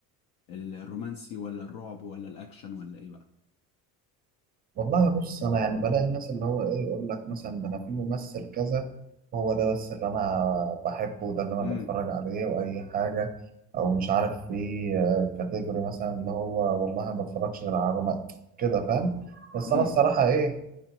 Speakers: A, on the left; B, on the right.
A: ال- الرومانسي ولا الرعب ولا الاكشن ولا ايه بقى
B: والله بص أنا يعني بلاقي الناس اللي هو إيه يقول لك مثلا ده أنا في ممثل كذا هو ده بس اللي أنا بحبه وده اللي أنا
A: امم
B: بتفرج عليه وأي حاجة أو مش عارف في كاتيجوري مثلا اللي هو والله ما بتفرجش غير على روما كده فاهم؟ بس
A: امم
B: أنا الصراحة إيه